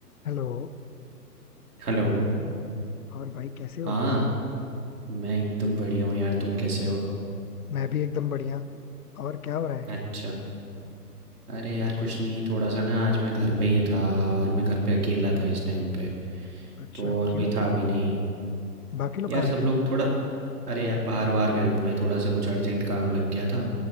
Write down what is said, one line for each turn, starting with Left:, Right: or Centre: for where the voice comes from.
Left: Hello
Right: Hello.
Left: और भाई कैसे हो
Right: हाँ, मैं एकदम बढ़िया हूँ यार, तुम कैसे हो?
Left: मैं भी एकदम बढ़िया और क्या हो रहा है
Right: अच्छा। अरे यार कुछ नहीं, थोड़ा सा ना आज मैं घर पे ही था और मैं घर पे अकेला था इस टाइम पे।
Left: अच्छा
Right: तो और
Left: क्यों
Right: कोई था भी नहीं।
Left: बाकी लोग
Right: यार
Left: कहाँ
Right: सब
Left: गए
Right: लोग थोड़ा अरे यार बाहर वार गए हुए हैं, थोड़ा सा कुछ अर्जेंट काम लग गया था।